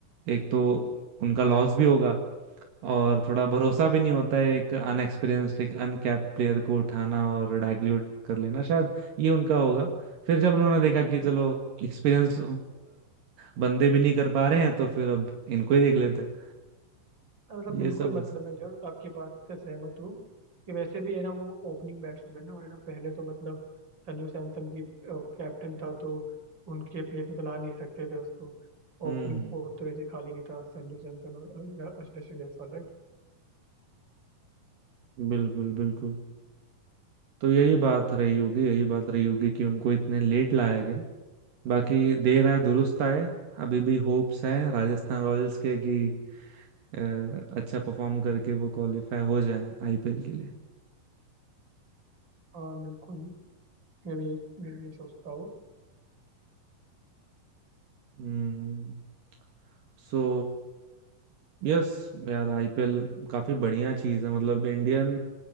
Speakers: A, on the right (about 70°); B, on the right (about 30°).
A: एक तो उनका लॉस भी होगा और थोड़ा भरोसा
B: हम्म,
A: भी नहीं होता है एक अनएक्सपीरियंस्ड एक अनकैप्ड प्लेयर को उठाना और डाइल्यूट कर लेना शायद ये उनका होगा फिर जब
B: हाँ,
A: उन्होंने देखा कि चलो
B: बिल्कुल
A: एक्सपीरियंस बंदे भी नहीं कर पा रहे हैं तो फिर अब इनको ही देख लेते हैं
B: हाँ, मतलब
A: ये
B: बिल्कुल
A: सब
B: मतलब
A: हो सकता
B: मैं जब
A: है
B: आपकी बात से सहमत हूँ कि वैसे भी है ना वो ओपनिंग बैट्समैन है और है ना पहले तो मतलब संजू सैमसन की कैप्टन था तो उनके प्लेस में तो ला नहीं सकते थे उसको
A: हम्म
B: ओपनिंग स्पॉट तो ऐसे खाली नहीं था संजू सैमसन और अ, यशस्वी जायसवाल राइट
A: बिल्कुल बिल्कुल तो यही बात रही होगी यही बात रही होगी कि उनको इतने लेट लाया गया बाकी देर आए दुरुस्त आए अभी भी होप्स हैं राजस्थान रॉयल्स के कि अ, अच्छा परफॉर्म करके वो क्वालिफाई हो जाए आईपीएल के लिए
B: हाँ बिल्कुल मैं भी यही मैं भी यही सोचता हूँ
A: हम्म So yes यार आईपीएल काफी बढ़िया चीज है मतलब इंडियन